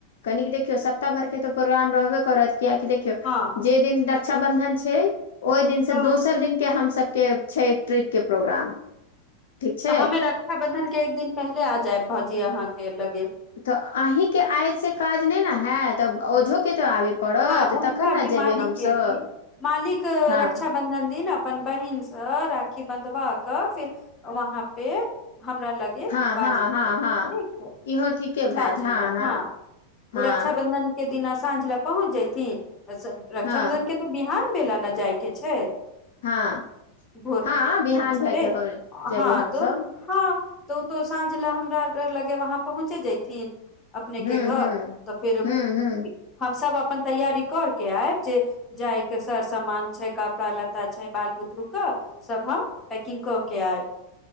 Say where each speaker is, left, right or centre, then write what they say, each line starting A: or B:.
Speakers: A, on the left (about 60°); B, on the left (about 20°).
A: कनिक देखियौ सप्ताह भर के त प्रोग्राम रहबे करत कियाकि देखियौ
B: हँ
A: जे दिन रक्षाबन्धन छै ओहि दिनसँ
B: हँ
A: दोसर दिनके हम सभके छै ट्रिप के प्रोग्राम ठीक छै
B: तऽ हमे रक्षाबंधन के एक दिन पहिले आ जायब भाजी अहाँकेँ लगे
A: तऽ अही केँ आइ से काज नहि ने है तऽ ओझोके तो आबे पड़त
B: हँ उनका
A: तखन ने
B: भी मालिक
A: जेबै हमसभ
B: के भी मालिक
A: हँ
B: रक्षा बंधन दिन अपन बहिनसँ राखी बन्धवा क फिर वहाँ पे हमरा लगे
A: हँ
B: बाजैथिन
A: हँ हँ
B: ठीक
A: हँ
B: छै
A: इहो ठीके भैत
B: साँझ लए
A: हँ हँ
B: ह।
A: हँ
B: ओ रक्षाबंधन के दिना साँझ लए पहुँच जयथिन रक्षाबंधने
A: हँ
B: तऽ बिहान भेलेला ने जाय के छै।
A: हँ
B: भोर
A: हँ
B: भिनस
A: बिहान भए
B: रे
A: के जेबै
B: हँ
A: हमसभ
B: त। हँ तऽ ओ तो साँझ लए हमरा लगे वहाँ पहुँचे जथिन अपने के
A: हूँ
B: घर
A: हूँ
B: तऽ फेर
A: हूँ हूँ
B: हमस अपन तैयारी करके आब ज जाय के सर सामान छै कपड़ा लत्ता छै बाल बुतरू कऽ सभ हम पैकिग क के आएब।